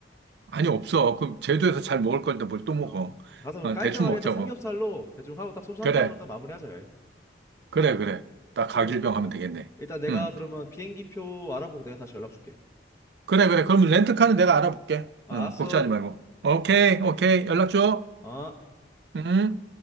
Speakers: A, on the right (about 60°); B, on the left (about 15°).
A: 아니, 없어. 그럼 제주에서
B: 그래?
A: 잘 먹을 건데 뭘 또 먹어.
B: 어. 가서 그럼
A: 어,
B: 깔끔하게
A: 대충 먹자고.
B: 딱 삼겹살로 대충 하고 딱 소주
A: 그래,
B: 한 잔으로 딱 마무리하자. 야.
A: 그래, 그래. 딱 가길병
B: 그럼 일, 어.
A: 하면 되겠네.
B: 일단 내가
A: 응.
B: 그러면 비행기표 알아보고 내가 다시 연락 줄게.
A: 그래, 그래. 그럼 렌트카는 내가 알아볼게.
B: 아,
A: 응,
B: 알았어.
A: 걱정하지 말고. 오케이, 오케이. 연락 줘.
B: 어.
A: 응.